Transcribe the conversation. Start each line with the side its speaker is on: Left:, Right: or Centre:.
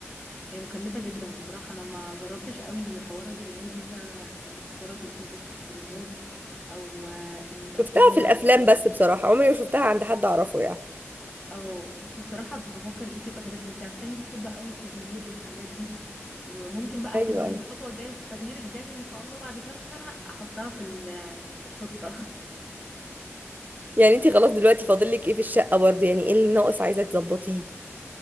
Left: هي مكلفه جدا بصراحه انا ما جربتش قوي حوار الريموت مثلا ان الستاره تقفل وتفتح بريموت او آه، ان يبقى
Right: شفتها
Left: فيه
Right: في
Left: آه،
Right: الافلام بس بصراحه عمري ما شفتها عند حد اعرفه يعني
Left: اه بس الصراحة بفكر دي تبقى هدفي انتي عارفاني بحب قوي التغيير والحاجات دي وممكن بقى
Right: ايوه
Left: في الخطوة
Right: ايوه
Left: الجاية في التغيير الجاي ان شاء الله بعد كام سنة احطها في ال- في الخطة
Right: يعني انتي خلاص دلوقتي فاضل لك ايه في الشقه برضه يعني ايه اللي ناقص عايزه تظبطيه